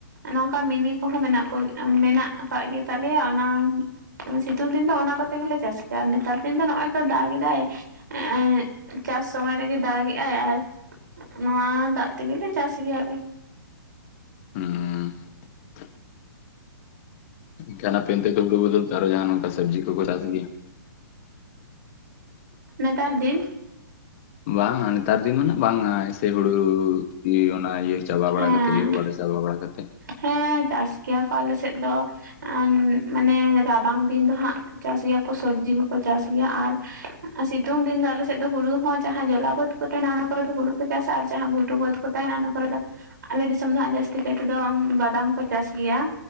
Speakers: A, on the right; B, on the left.
A: ᱱᱚᱝᱠᱟ ᱢᱤᱱᱤ ᱠᱚᱦᱚᱸ ᱢᱮᱱᱟᱜ ᱠᱚ ᱢᱮᱱᱟᱜ ᱟᱠᱟᱜ ᱜᱮᱛᱟᱞᱮᱭᱟ᱾ ᱚᱱᱟ, ᱥᱤᱛᱩᱝ ᱫᱤᱱ ᱫᱚ ᱚᱱᱟ ᱠᱚᱛᱮ ᱜᱮᱞᱮ ᱪᱟᱥ ᱜᱮᱭᱟ ᱱᱮᱛᱟᱨ ᱫᱤᱱ ᱫᱚ ᱱᱚᱜᱼᱚᱭ ᱛᱚ ᱫᱟᱜ ᱮᱫᱟᱭ ᱾ ᱮᱸᱜ ᱪᱟᱥ ᱥᱚᱢᱚᱭ ᱨᱮᱜᱮ ᱫᱟᱜ ᱮᱜᱼᱟᱭ ᱟᱨ ᱱᱚᱣᱟ ᱫᱟᱜ ᱛᱮᱜᱮ ᱞᱮ ᱪᱟᱥ ᱜᱮᱭᱟᱞᱮ ᱾
B: ᱩᱸᱻ ᱾ ᱠᱷᱟᱱ ᱟᱯᱮ ᱚᱱᱛᱮ ᱫᱚ ᱦᱩᱲᱩ ᱵᱚᱫᱚᱞ ᱛᱮ ᱟᱨᱚ ᱡᱟᱦᱟᱱ ᱚᱝᱠᱟ ᱥᱚᱵᱽᱡᱤ ᱠᱚᱠᱚ ᱪᱟᱥ ᱜᱮᱭᱟ?
A: ᱱᱮᱛᱟᱨ ᱫᱤᱱ
B: ᱵᱟᱝᱟ ᱱᱮᱛᱟᱨ ᱫᱤᱱ ᱫᱚ ᱦᱟᱸᱜ ᱵᱟᱝᱟ ᱥᱮ ᱦᱩᱲᱩ ᱤᱭᱟᱹ ᱚᱱᱟ ᱤᱭᱟᱹ ᱪᱟᱵᱟ ᱵᱟᱲᱟ
A: ᱦᱮᱸ
B: ᱠᱟᱛᱮ ᱤᱨ ᱵᱟᱲᱟ ᱪᱟᱵᱟ ᱵᱟᱲᱟ ᱠᱟᱛᱮ ᱾
A: ᱦᱮᱸ ᱪᱟᱥ ᱜᱮᱭᱟ ᱠᱚ ᱟᱞᱮ ᱥᱮᱫ ᱫᱚ ᱾ ᱮᱸ ᱢᱟᱱᱮ ᱨᱟᱵᱟᱝ ᱫᱤᱱ ᱫᱚ ᱦᱟᱸᱜ ᱪᱟᱥ ᱜᱮᱭᱟᱠᱚ ᱥᱚᱵᱽᱡᱤ ᱠᱚᱠᱚ ᱪᱟᱥ ᱜᱮᱭᱟ ᱟᱨ ᱥᱤᱛᱩᱝ ᱫᱤᱱ ᱫᱚ ᱟᱞᱮ ᱥᱮᱫ ᱫᱚ ᱦᱩᱲᱩ ᱦᱚᱸ ᱡᱟᱦᱟᱸ ᱡᱚᱞᱟ ᱵᱟᱹᱛ ᱠᱚ ᱛᱟᱦᱮᱱᱟ ᱚᱱᱟ ᱠᱚᱨᱮ ᱫᱚ ᱦᱩᱲᱩ ᱠᱚ ᱪᱟᱥᱟ ᱟᱨ ᱡᱟᱦᱟᱸ ᱜᱷᱩᱴᱩ ᱵᱟᱹᱫᱽ ᱠᱚ ᱛᱟᱦᱮᱱᱟ ᱚᱱᱟ ᱠᱚᱨᱮ ᱫᱚ, ᱟᱞᱮ ᱫᱤᱥᱚᱢ ᱫᱚ ᱦᱟᱸᱜ ᱡᱟᱹᱥᱛᱤ ᱠᱟᱭ ᱛᱮᱫᱚ ᱵᱟᱫᱟᱢ ᱠᱚ ᱪᱟᱥ ᱜᱮᱭᱟ,